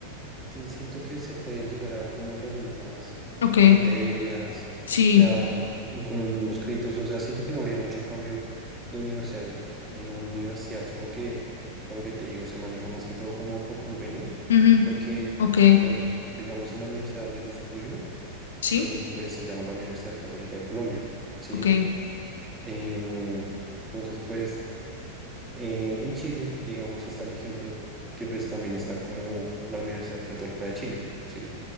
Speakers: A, on the right; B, on the left.
A: sí siento que se pueden llegar a ver como las mismas
B: Ok.
A: materias,
B: Sí.
A: o sea, y con los mismos créditos, o sea, siento que no habría mucho cambio de universidad en universidad, solo que, o sea, lo que te digo, se maneja más que todo como por convenios,
B: Ujú.
A: porque,
B: Ok.
A: bueno, digamos en la universidad donde yo estudio,
B: ¿Sí?
A: eh, pues se llama la Universidad Católica de Colombia, ¿sí?
B: Ok.
A: Em, entonces, pues, eh, en Chile, digamos, está el ejemplo que pues también está como la Universidad Católica de Chile, ¿sí?